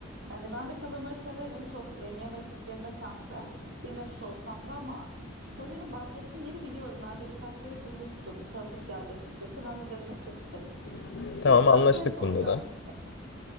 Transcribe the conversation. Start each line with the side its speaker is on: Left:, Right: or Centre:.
Right: Yani ben de kalamarı severim. Çok e, yeme, yemesem de, yememiş olsam da ama sanırım bahsettiğin yeri biliyorum. Ben de birkaç kere duymuştum. Tanıdık geldi açıkçası. Ben de denemek çok isterim.
Left: <laughs>
Right: Peki
Left: Tamam
Right: sana
Left: anlaştık
Right: şey soracağım.
Left: bunda da.